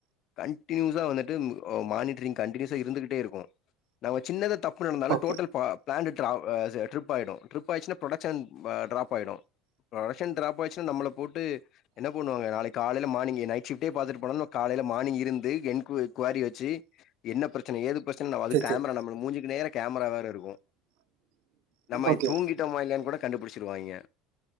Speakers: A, on the left; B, on the right.
A: கண்டியூசா வந்துட்டு மானிட்டரிங் கண்டியூஸ்சா இருந்துகிட்டே இருக்கு நம்ம சின்னதா தப் பு நடந்தாலு
B: ஓகே
A: டோட்டல் பா பிளான்டு டாவ சே டிப்பாயிடு டிப் ஆச்சுன்னா ப்ரோடக்ஸான் ப டிராப்பா ஆயிடு ஃப்ரோடக்ஷன் டிராப் ஆச்சுனா நம்ம போட்டு என்ன பண்ணுவோங்க நாளைக்கு கால மார்னிங்கு நைட் ஷிப்டே பாத்தத்துட்டு போன்லோ காலையில மார்னிங் இருந்து எண் கூவர்ரி குவாரி வச்சி என்ன பிரச்சன ஏது பிரச்சன அது
B: சரி
A: கேம்ரா
B: சரி
A: நம்ம மூஞ்சுக்கு நேரா கேம்மரா வேற இருக்கு நம்ம
B: ஓகே
A: தூங்கிட்டோமா இல்லையான்னு கூட கண்டு பிடிச்சிருவாய்ங்க